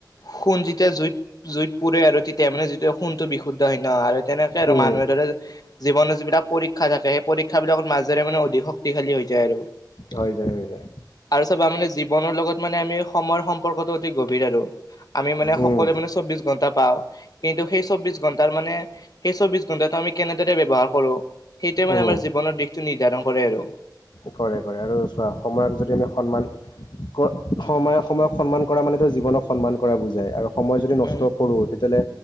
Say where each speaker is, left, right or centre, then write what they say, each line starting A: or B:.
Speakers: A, on the left; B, on the left.
A: সোণ যেতিয়া জুইত জুইত পুৰে আৰু তেতিয়া মানে যেতিয়া সোণটো বিশুদ্ধ হয় ন তেনেকে আৰু
B: উম
A: মানুহে ধৰা জীৱনৰ যিবিলাক পৰীক্ষা থাকে সেই পৰীক্ষা বিলাক মাজেৰে মানে অধিক শক্তিশালী হৈ যায় আৰু
B: হৈ যায় হৈ যায়
A: আৰু চাবা মানে জীৱনৰ লগত মানে আমি সময়ৰ সম্পৰ্কটো অতি গভীৰ আৰু আমি মানে সকলোৱে
B: উম
A: মানে চৌবিশ ঘন্টা পাওঁ কিন্তু সেই চৌবিশ ঘন্টাৰ মানে সেই চৌবিশ ঘণ্টাটো আমি কেনেদৰে ব্যৱহাৰ কৰো। সেইটোৱে মানে
B: উম
A: আমাৰ জীৱনৰ দিশটো নিৰ্ধাৰণ কৰে আৰু
B: কৰে কৰে আৰু চোৱা সময়ক যদি আমি সন্মান সময় সময়ক সন্মান কৰা মানে তোমাক জীৱনক সন্মান কৰা বুজাই আৰু সময় যদি নষ্ট
A: উম,
B: কৰো তেতিয়াহ'লে